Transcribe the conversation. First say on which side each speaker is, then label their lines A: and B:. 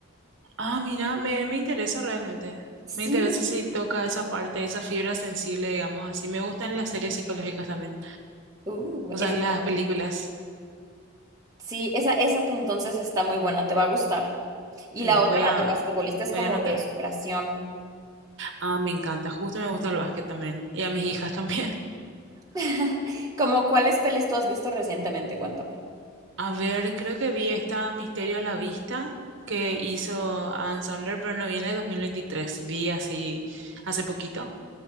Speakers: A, on the right; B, on the right.
A: Ah, mira, me, me interesa realmente.
B: Sí,
A: Me interesa si toca esa parte, esa fibra sensible, digamos así. Me gustan las series psicológicas también.
B: uh,
A: O
B: esa,
A: sea, las
B: está buena.
A: películas.
B: sí, esa, esa te- entonces está muy buena, te va a gustar. Y
A: Eh,
B: la
A: voy
B: otra, la
A: a,
B: del basquetbolista, es
A: voy
B: como
A: a anotar.
B: de superación.
A: Ah, me encanta. Justo me gusta el básquet también. Y a mis hijas también.
B: <laughs> Como cuáles pelis tú has visto recientemente, cuéntame.
A: <laughs> A ver, creo que vi esta Misterio a la Vista que hizo Adam Sandler, pero no viene de dos mil veintitrés Vi así hace poquito.